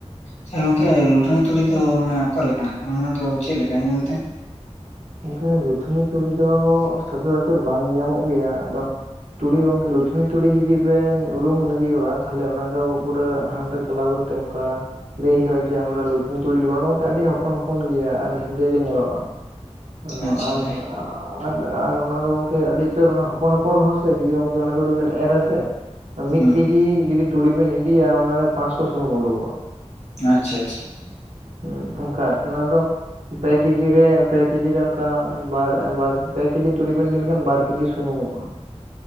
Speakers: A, on the left; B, on the right.
A: ᱟᱪᱪᱷᱟ ᱜᱚᱝᱠᱮ ᱞᱩᱛᱷᱱᱤ ᱛᱩᱲᱤ ᱫᱚ ᱢᱟᱱᱮ ᱚᱠᱟ ᱞᱮᱠᱟᱱᱟᱜ ᱠᱟᱱᱟ ᱚᱱᱟ ᱫᱚ ᱪᱮᱜ ᱞᱮᱠᱟ ᱧᱮᱞ ᱛᱮ?
B: ᱜᱚᱝᱠᱮ ᱞᱩᱛᱷᱱᱤ ᱛᱩᱲᱤ ᱫᱚ ᱥᱚᱪᱚᱨᱟᱪᱚᱨ ᱵᱟᱝ ᱧᱮᱞ ᱧᱟᱢᱚᱜ ᱜᱮᱭᱟ᱾ ᱟᱫᱚ ᱛᱩᱲᱤ ᱜᱚᱝᱠᱮ ᱞᱩᱛᱷᱱᱤ ᱛᱩᱲᱤ ᱡᱩᱫᱤ ᱵᱮᱱ ᱩᱨᱩᱢ ᱞᱟᱹᱜᱤᱫᱚᱜᱼᱟ, ᱛᱟᱦᱚᱞᱮ ᱚᱱᱟ ᱫᱚ ᱯᱩᱨᱟᱹ ᱦᱟᱴ ᱨᱮ ᱪᱟᱞᱟᱣ ᱠᱟᱛᱮ, ᱛᱮ ᱚᱝᱠᱟ, ᱞᱟᱹᱭ ᱦᱳᱭᱼᱟ ᱡᱮ ᱟᱢᱨᱟ ᱞᱩᱛᱷᱱᱤ ᱛᱩᱲᱤ ᱞᱤᱵᱚ, ᱚᱱᱮ ᱚᱱᱠᱟ ᱟᱹᱰᱤ ᱦᱚᱯᱚᱱ ᱦᱚᱯᱚᱱ ᱜᱮ ᱟᱨ ᱦᱮᱫᱮ ᱜᱮ ᱧᱮᱞᱚᱜᱼᱟ ᱾ ᱚ
A: ᱟᱪᱪᱷᱟ
B: ᱟᱨ
A: ᱟᱪᱪᱷᱟ
B: ᱟᱨ ᱟᱨ ᱚᱱᱟ ᱫᱚ ᱜᱚᱝᱠᱮ ᱟᱹᱰᱤ ᱩᱛᱟᱹᱨ ᱚᱱᱟ ᱦᱚᱯᱚᱱ ᱦᱚᱯᱚᱱ ᱨᱮᱦᱚᱸ ᱥᱮ ᱡᱩᱫᱤ ᱜᱚᱝᱠᱮ ᱚᱱᱟ ᱛᱩᱲᱤ ᱵᱮᱱ ᱮᱨᱟᱥᱮ, ᱢᱤᱜ
A: ᱦᱩᱸ
B: ᱠᱮᱡᱤ ᱡᱩᱫᱤ ᱛᱩᱲᱤ ᱵᱮᱱ ᱤᱫᱤᱭᱟ ᱚᱱᱟᱨᱮ ᱯᱟᱸᱥᱥᱚ ᱥᱩᱱᱩᱢ ᱩᱰᱩᱠᱚᱜᱼᱟ ᱾
A: ᱟᱪᱪᱷᱟ ᱟᱪᱪᱷᱟ ᱾
B: ᱦᱮᱸ ᱚᱱᱠᱟ ᱟᱨᱠᱤ ᱚᱱᱟ ᱫᱚ ᱯᱮ ᱠᱮᱡᱤ ᱨᱮ ᱯᱮ ᱠᱮᱡᱤ ᱨᱮ ᱚᱱᱠᱟ ᱵᱟᱨ, ᱵᱟᱨ ᱯᱮ ᱠᱮᱡᱤ ᱛᱩᱲᱤ ᱵᱮᱱ ᱤᱫᱤ ᱞᱮᱠᱷᱟᱱ ᱵᱟᱨ ᱠᱮᱡᱤ ᱥᱩᱱᱩᱢᱚᱜᱼᱟ᱾